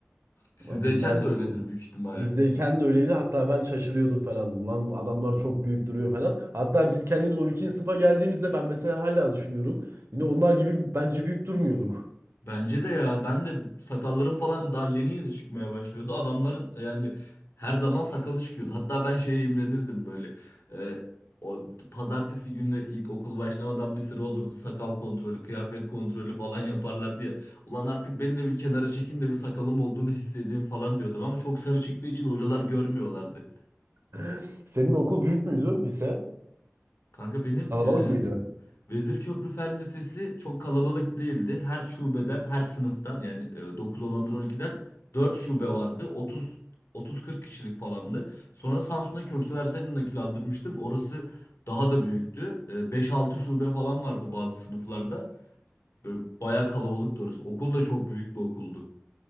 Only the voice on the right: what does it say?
bilmez
miyim?
Bizdeyken de öyleydi. Hatta ben şaşırıyordum falan. Lan adamlar çok büyük duruyor falan. Hatta biz kendimiz 12. sınıfa geldiğimizde ben mesela hala düşünüyorum. Yine onlar gibi bence büyük durmuyorduk.
<laughs> Senin okul büyük müydü lise?
Kalabalık
mıydı?